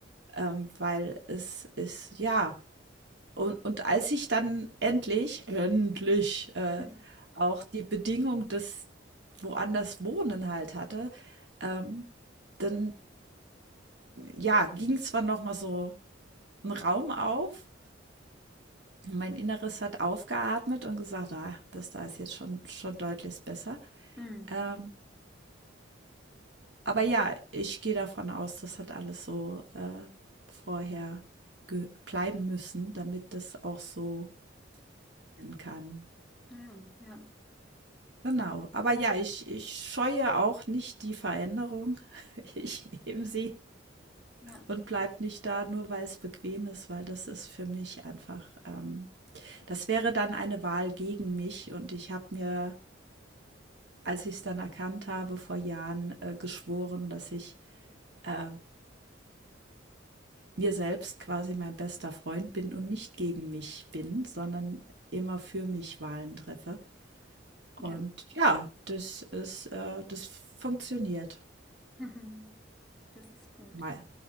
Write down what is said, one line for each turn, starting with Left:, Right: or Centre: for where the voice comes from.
Right: ähm, weil es ist, ja, und, und als ich dann endlich, endlich äh,
Centre: Hm.
Right: auch die Bedingung des, woanders wohnen halt hatte, ähm, dann ja, ging zwar noch mal so ein Raum auf. Mein Inneres hat aufgeatmet und gesagt, ah, das da ist jetzt schon, schon deutlich besser.
Centre: Hm.
Right: Ähm, aber ja, ich gehe davon aus, das hat alles so äh, vorher ge- bleiben müssen, damit das auch so sein kann.
Centre: Ja, ja,
Right: Genau. Aber ja, ich, ich scheue auch nicht die Veränderung. <laughs> Ich nehme sie
Centre: ja,
Right: und bleibt nicht da, nur weil es bequem ist, weil das ist für mich einfach, ähm, das wäre dann eine Wahl gegen mich. Und ich habe mir, als ich es dann erkannt habe, vor Jahren äh, geschworen, dass ich äh, mir selbst quasi mein bester Freund bin und nicht gegen mich bin, sondern immer für mich Wahlen treffe.
Centre: ja.
Right: Und ja, das ist, äh, das funktioniert
Centre: <laughs> Mhm. Das ist gut.
Right: mei-